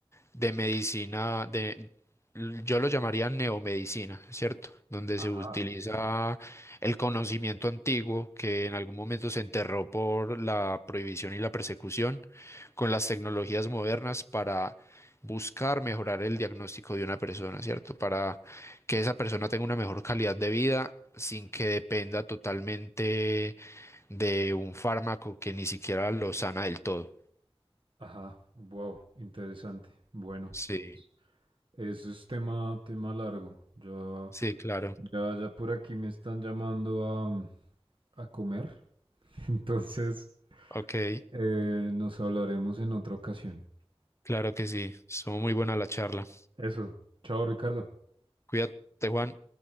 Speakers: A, on the left (about 25°); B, on the right (about 55°).
A: de medicina, de, yo lo llamaría neomedicina, ¿cierto? Donde
B: Ajá.
A: se utiliza el conocimiento antiguo que en algún momento se enterró por la prohibición y la persecución con las tecnologías modernas para buscar mejorar el diagnóstico de una persona, ¿cierto? Para que esa persona tenga una mejor calidad de vida sin que dependa totalmente de un fármaco que ni siquiera lo sana del todo.
B: ajá, wow, interesante. Bueno,
A: Sí,
B: pues, eso es tema, tema largo. Ya,
A: sí, claro.
B: ya, ya por aquí me están llamando a, mm, a comer. <laughs> Entonces,
A: Ok.
B: eh, nos hablaremos en otra ocasión.
A: Claro que sí, estuvo muy buena la charla.
B: Eso. Chao, Ricardo.
A: Cuídate, Juan.